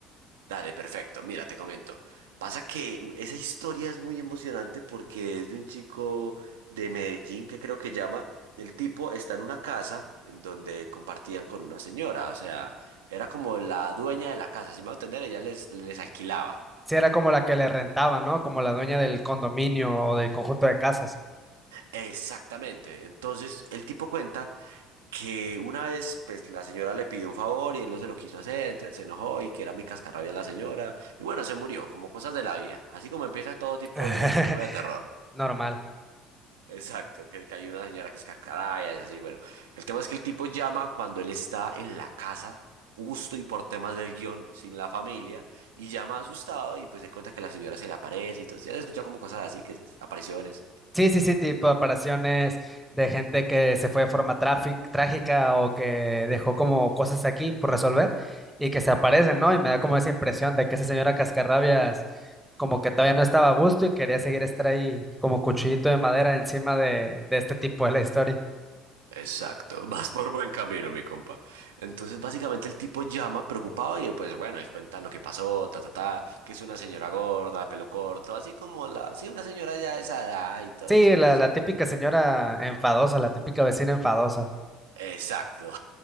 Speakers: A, on the right; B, in the centre.
A: Dale, perfecto. Mira, te comento. Pasa que u- esa historia es muy emocionante porque es de un chico de Medellín que creo que llama, y el tipo está en una casa en donde compartían con una señora, o sea, era como la dueña de la casa, si me va a entender, ella les, les alquilaba.
B: Sí, era como la que le rentaba, ¿no? Como la dueña del condominio o del conjunto de casas.
A: Exactamente. Entonces, el tipo cuenta que una vez, pues, la señora le pidió un favor y él no se lo quiso hacer, entonces se enojó y que era muy cascarrabia la señora, y bueno, se murió, como cosas de la vida, así como empieza todo tipo
B: <laughs>
A: de película de terror.
B: Normal.
A: Exacto, que, que hay una señora que es carcada y es así, bueno. El tema es que el tipo llama cuando él está en la casa, justo y por temas del guión, sin la familia, y llama asustado y pues él cuenta que la señora se le aparece y todo. Ya se escucha como cosas así, que es- apariciones.
B: Sí, sí, sí, tipo apariciones de gente que se fue de forma tráfic- trágica o que dejó como cosas aquí por resolver y que se aparecen, ¿no? Y me da como esa impresión de que esa señora Cascarrabias como que todavía no estaba a gusto y quería seguir estar ahí como cuchillito de madera encima de, de este tipo de la historia.
A: Exacto, vas por buen camino, mi compa. Entonces, básicamente el tipo llama preocupado y pues bueno, él cuenta lo que pasó, ta, ta, ta, que es una señora gorda, pelo corto, así como la, sí, una señora ya de esa edad y todo
B: Sí,
A: eso.
B: la, la típica señora enfadosa, la típica vecina enfadosa.
A: Exacto.